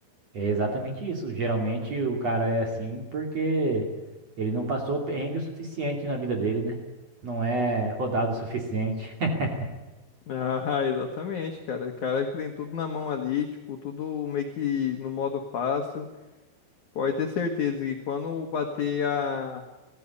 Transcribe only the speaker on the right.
é exatamente isso. Geralmente o cara é assim porque ele não passou perrengue o suficiente na vida dele, né? Não é rodado o suficiente. <laughs>